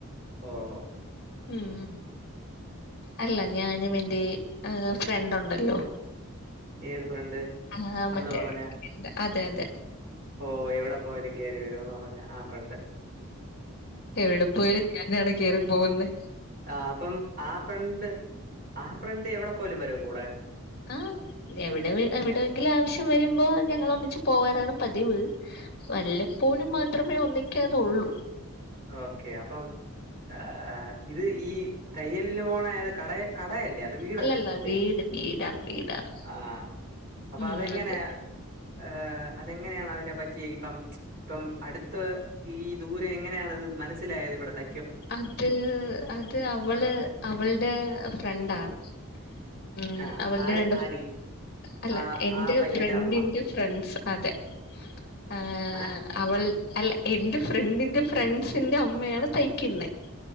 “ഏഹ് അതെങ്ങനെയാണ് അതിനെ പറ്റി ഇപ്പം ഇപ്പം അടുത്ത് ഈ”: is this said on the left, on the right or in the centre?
Right